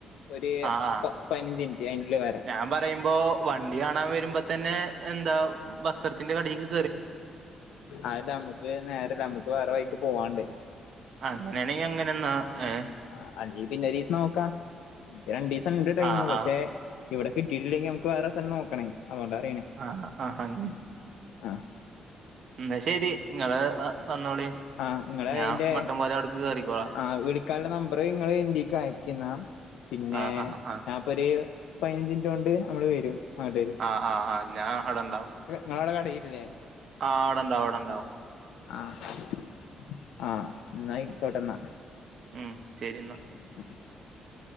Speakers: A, on the left; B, on the right.
A: ഒര്
B: ആഹ് ആഹ്
A: പ്പ പയിനഞ്ച് മിൻറ്റ് അയിന്റെ ഉള്ളിൽവരാ.
B: ഞാൻ പറയുമ്പോ വണ്ടി കാണാ വരുമ്പോ തന്നെ എന്താ വസ്ത്രത്തിന്റെ കടേക്ക്
A: അല്ല അമ്മക്ക് നേരല്ല ന്നമ്മക്ക് വേറെ വൈക്ക് പോവാണ്ട്.
B: അങ്ങനേണെങ്കി അങ്ങനെന്നാ ഏ.
A: ആ അല്ലീ പിന്നെ ഒരീസം നോക്കാ, ഇക്ക് രണ്ടീസണ്ട് ടൈമ്
B: ആഹ്
A: പക്ഷെ
B: ആഹ്
A: ഇവടെ കിട്ടീട്ടില്ലെങ്കി ഞമ്മക്ക് വേറെ സ്ഥലം നോക്കണേ, അതൊണ്ടാറിണേയ്.
B: ആഹാ ആഹാ അങ്ങനെ.
A: അഹ്.
B: ന്നാ ശെരി ങ്ങള് ഹ് വന്നോളി.
A: ആഹ്‌, ങ്ങളെയ്ന്റെ
B: ഞാൻ മട്ടം പോലെ അവിടക്ക് കേറിക്കോളാം
A: ആ വ്ളി ക്കാ ലെ നമ്പർ ഇങ്ങള് ഇന്റീക്ക് അയക്കിന്നാ പിന്നേ
B: ആഹ് ആഹ് ആഹ്
A: ഞാ ഒരു പയിനഞ്ചിൻറ്റോണ്ട്, ഞങ്ങള് വരും അങ്ങട്ട്.
B: ആ ആ ആ ഞാൻ അവടെണ്ടാവും,
A: നിങ്ങളവിടെ കടയില്ലേ
B: ആ അവടെണ്ടാവും അവടെണ്ടാവും.
A: ആഹ്‌ ആഹ്‌ ന്നയ് ക്കോട്ടേന്നാ.
B: ഉം, ശരി ന്നാ.
A: <inaudible>